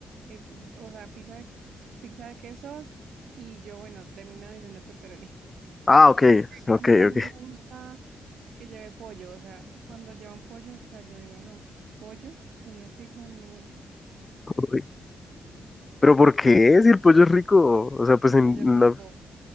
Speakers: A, on the right; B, on the left.
A: eh, o sea, pizza de, pizza de quesos y yo, bueno, deme una adición de pepperoni.
B: Ah,
A: Y
B: ok,
A: ya, porque
B: ok,
A: a mí casi
B: ok.
A: no me gusta que lleve pollo, o sea, cuando llevan pollo, o sea, yo digo, no, pollo en una pizza a mí no me gusta.
B: <laughs> Uy, Pero ¿por qué? Si el pollo es rico. O sea, pues
A: El
B: en
A: pollo
B: una...
A: rico,